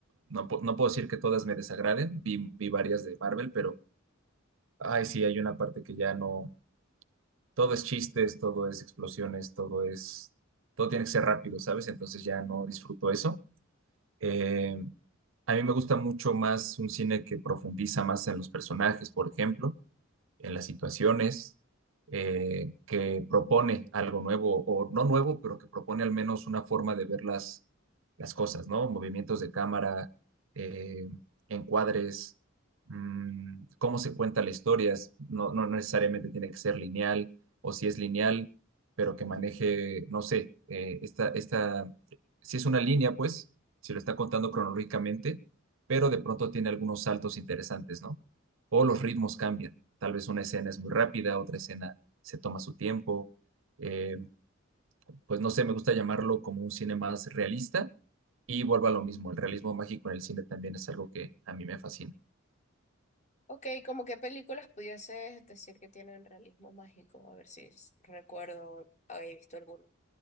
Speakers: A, on the right (about 75°); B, on the left (about 35°).
A: no, po- no puedo decir que todas me desagraden, vi, vi varias de Marvel, pero, ay, sí, hay una parte que ya no, todo es chistes, todo es explosiones, todo es, todo tiene que ser rápido, ¿sabes? Entonces ya no disfruto eso. Eh, a mí me gusta mucho más un cine que profundiza más en los personajes, por ejemplo en las situaciones, eh, que propone algo nuevo, o no nuevo, pero que propone al menos una forma de ver las, las cosas, ¿no? Movimientos de cámara, eh, encuadres, mm, cómo se cuenta la historia, es- no, no necesariamente tiene que ser lineal, o si es lineal, pero que maneje, no sé, eh, esta, esta, si es una línea, pues, si lo está contando cronológicamente, pero de pronto tiene algunos saltos interesantes, ¿no? O los ritmos cambian. Tal vez una escena es muy rápida, otra escena se toma su tiempo. Eh, pues no sé, me gusta llamarlo como un cine más realista y vuelvo
B: Ujú.
A: a lo mismo, el realismo mágico en el cine también es algo que a mí me fascina.
B: Ok, ¿como qué películas pudieses decir que tienen realismo mágico? A ver si s- recuerdo haber visto alguno.